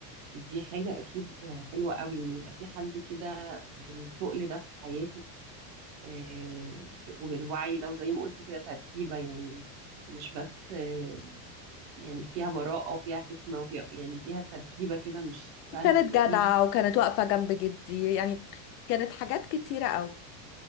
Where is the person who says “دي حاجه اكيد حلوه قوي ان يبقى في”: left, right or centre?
Right